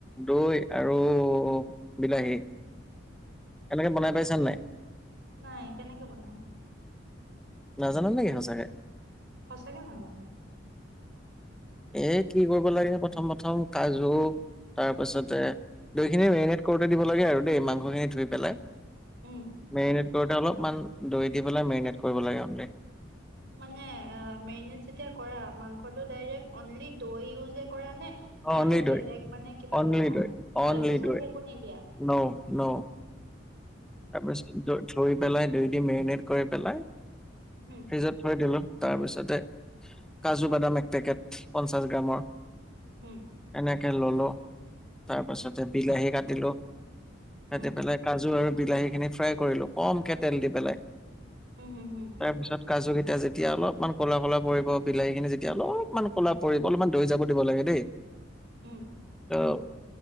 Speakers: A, in the centre; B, on the right (about 65°).
A: দৈ আৰু বিলাহী এনেকে বনাই পাইছা নাই
B: নাই কেনেকে বনাই
A: নাজানো নেকি সঁচাকে
B: সঁচাকে নাজানো
A: এ কি কৰিব লাগে প্ৰথম প্ৰথম কাজু তাৰ পাছতে দৈ খিনি মেগনেট কৰোতে দিব লাগে আৰু দেই মাংসখিনি ধুই পেলাই
B: উম,
A: মেৰিনেট কৰোতে অলপমান দৈ দি পেলাই মেৰিনেট কৰিব লাগে অমলি
B: মানে মেগনেট যেতিয়া কৰা মাংসটো ডাইৰেলি দৈ ইউজে কৰা নে নে
A: অনলি
B: আৰু
A: দৈ
B: বেলেগ মানে কিবা
A: অনলি
B: দিয়া
A: দৈ
B: হালধি
A: অনলি
B: চালধি
A: দৈ
B: একো নিদিয়া?
A: ন ন তাৰপিছত ধই পেলাই দুই দি মেৰিনেট কৰি পেলাই
B: উম
A: ফ্ৰিজত থৈ দিলো তাৰপিছত কাজু বাদাম এক পেকেট পঞ্চাশ গ্ৰামৰ
B: উম
A: এনেকে ললো তাৰপাছতে বিলাহী কাটিলো কাটি
B: উম
A: পেলাই কাজু আৰু বিলাহী খিনি ফ্ৰাই কৰিলো কমকে তেল দি পেলাই
B: উম হুম হুম
A: তাৰপিছত কাজু তেতিয়া যেতিয়া অলপমান ক'লা কলা পৰিব বিলাহী খিনি যেতিয়া অলপমান ক'লা পৰিব অলপমান দৈ যাব দিব লাগে দেই
B: উম
A: আহ